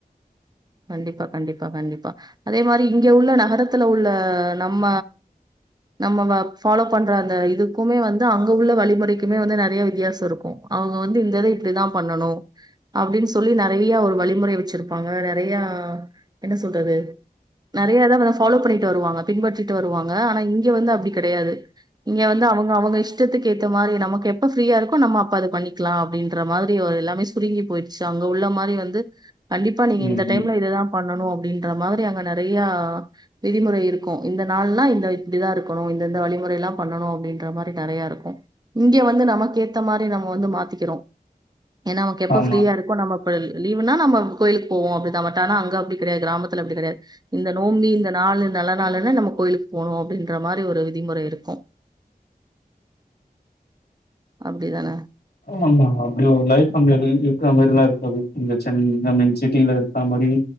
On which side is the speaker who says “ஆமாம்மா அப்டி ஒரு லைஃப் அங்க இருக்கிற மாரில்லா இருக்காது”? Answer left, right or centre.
Left